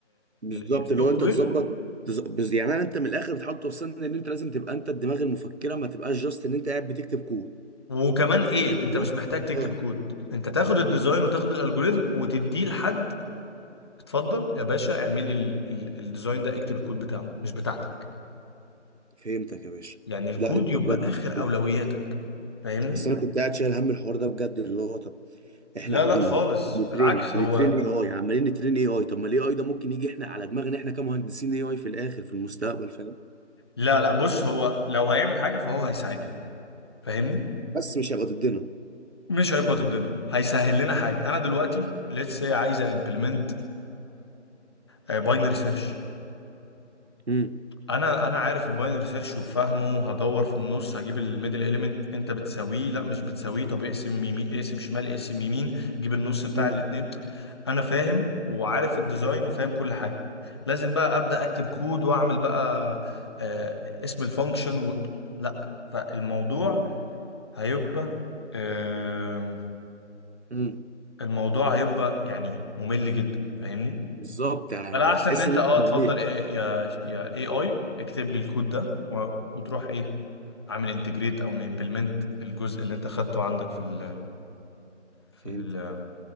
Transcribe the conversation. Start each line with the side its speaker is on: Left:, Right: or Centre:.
Right: بالظبط
Left: السوفت
Right: اللي هو انت
Left: وير
Right: تظبط تز- بز- يعني انا انت من الاخر بتحاول توصلني ان انت لازم تبقى انت الدماغ المفكره ما تبقاش جاست ان انت قاعد بتكتب كود
Left: وكمان ايه
Right: موجود
Left: انت مش محتاج تكتب
Right: اه
Left: كود انت تاخد الديزاين وتاخد الالجوريزم وتديه لحد اتفضل يا باشا اعمل لي ال- ال- الديزاين ده اكتب الكود بتاعه مش بتاعتك
Right: فهمتك يا باشا
Left: يعني الكود
Right: لا انت
Left: يبقى
Right: بجد
Left: اخر
Right: فهمت.
Left: اولوياتك فاهمني
Right: اصل انا كنت قاعد شايل هم الحوار ده بجد اللي هو طب احنا
Left: لا
Right: قاعدين
Left: لا خالص
Right: اهو بنترين
Left: بالعكس
Right: بنترين
Left: هو
Right: اي اي عمالين نترين اي اي طب ما الاي اي ده ممكن يجي احنا على دماغنا احنا كمهندسين اي اي في الاخر في المستقبل فاهم
Left: لا لا بص هو لو هيعمل حاجة فهو هيساعدنا فاهمني
Right: بس مش هيبقى ضدنا
Left: مش هيبقى ضدنا هيسهل لنا حاجة انا دلوقتي ليتس سي عايزة امبلمنت باينري سيرش
Right: امم
Left: انا انا عارف الباينري سيرش وفاهمه هدور في النص هجيب الميدل اليمنت انت بتساويه لا مش بتساويه طب اقسم يمين اقسم شمال اقسم يمين جيب النص بتاع
Right: امم
Left: الاتنين انا فاهم وعارف الديزاين وفاهم كل حاجه لازم بقى ابدا اكتب كود واعمل بقى آه، اسم الفانكشن و... لا فالموضوع هيبقى آه،
Right: امم
Left: الموضوع هيبقى يعني ممل جدا فاهمني
Right: بالظبط يعني
Left: فلا احسن
Right: هتحس
Left: ان انت
Right: ان انت
Left: اه
Right: مليت
Left: تفضل إيه يا يا اي اي اكتب لي الكود ده و... وتروح ايه عامل انتجريت او امبلمنت الجزء اللي انت خدته عندك في ال... في
Right: فهمتك
Left: ال...